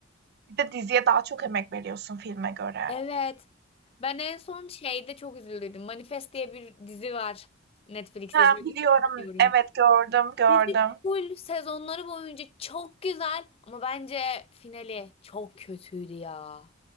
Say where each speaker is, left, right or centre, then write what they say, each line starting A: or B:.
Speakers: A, on the right (about 50°); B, on the left (about 30°).
A: <laughs> Bir de diziye daha çok emek veriyorsun filme göre.
B: Evet. Ben en son şeyde çok üzüldüm. Manifest diye bir dizi var. Netflix'te
A: Mesela
B: izledim.
A: biliyorum
B: Bilmiyorum.
A: Evet, gördüm, gördüm.
B: Dizi full sezonları boyunca çok güzel ama bence finali çok kötüydü ya.